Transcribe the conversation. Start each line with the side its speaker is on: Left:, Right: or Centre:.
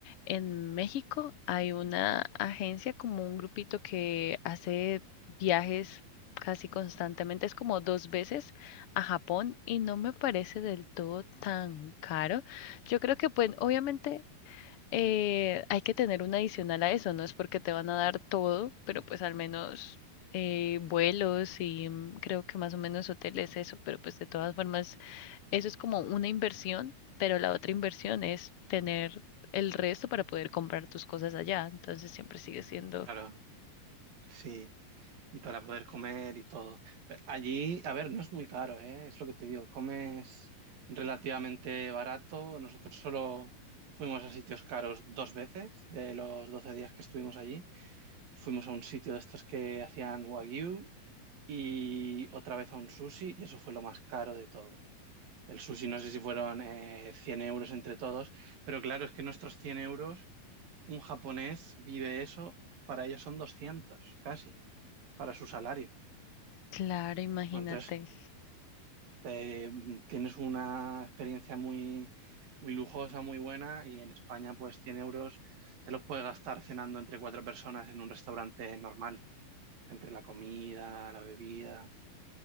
Left: en México hay una agencia, como un grupito que hace viajes casi constantemente, es como dos veces a Japón y no me parece del todo tan caro. Yo creo que, pues, obviamente eh, hay que tener un adicional a eso, no es porque te van a dar todo, pero pues al menos eh, vuelos y mm, creo que más o menos hoteles, eso, pero pues de todas formas Eso es como una inversión, pero la otra inversión es tener el resto para poder comprar tus cosas allá. Entonces siempre sigue siendo...
Right: Claro, sí, y para poder comer y todo. Pero Allí, a ver, no es muy caro, ¿eh? Es lo que te digo, comes relativamente barato. Nosotros solo fuimos a sitios caros dos veces de los 12 días que estuvimos allí. Fuimos a un sitio de estos que hacían wagyu y otra vez a un sushi y eso fue lo más caro de todo. El sushi no sé si fueron eh, 100 euros entre todos, pero claro, es que nuestros 100 euros, un japonés vive eso, para ellos son 200 casi, para su salario.
Left: Claro, imagínate.
Right: Entonces, eh, tienes una experiencia muy, muy lujosa, muy buena y en España pues 100 euros te los puedes gastar cenando entre cuatro personas en un restaurante normal, entre la comida, la bebida.